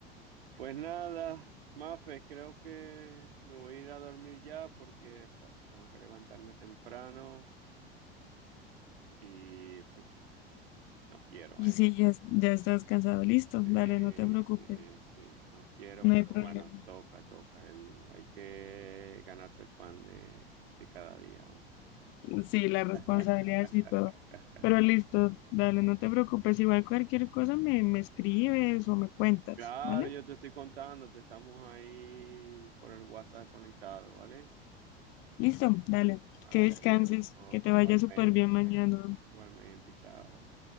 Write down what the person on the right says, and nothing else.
Pues nada, Mafe, creo que me voy a ir a dormir ya porque fua, tengo que levantarme temprano y fuf, no quiero,
¿eh?
Sí,
sí, sí, no quiero,
pero
bueno, toca, toca. El, hay que ganarse el pan de, de cada día, vamos.
<laughs>
Claro,
yo te estoy contando, te estamos ahí por el WhatsApp conectado, ¿vale?
Vale,
adiós,
igualmente,
igualmente, chao.